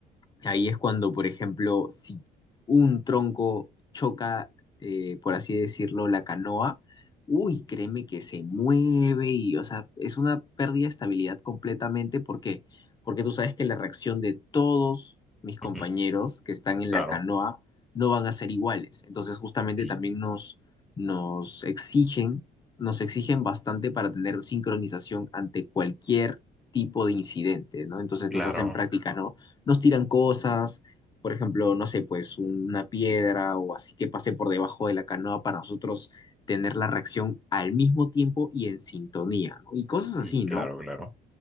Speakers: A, on the left; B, in the centre.
A: Ahí es cuando, por ejemplo, si un tronco choca, eh, por así decirlo, la canoa, uy, créeme que se mueve y, o sea, es una pérdida de estabilidad completamente. ¿Por qué? Porque tú sabes que la reacción de todos mis compañeros
B: Ujú.
A: que están en
B: Claro,
A: la canoa no van a ser iguales. Entonces, justamente
B: sí,
A: también nos, nos exigen, nos exigen bastante para tener sincronización ante cualquier tipo de incidente, ¿no? Entonces
B: claro,
A: nos hacen prácticas, ¿no? nos tiran cosas, por ejemplo, no sé, pues una piedra o así que pase por debajo de la canoa para nosotros tener la reacción al mismo tiempo y en sintonía, ¿no? Y cosas así,
B: sí, claro,
A: ¿no?
B: claro.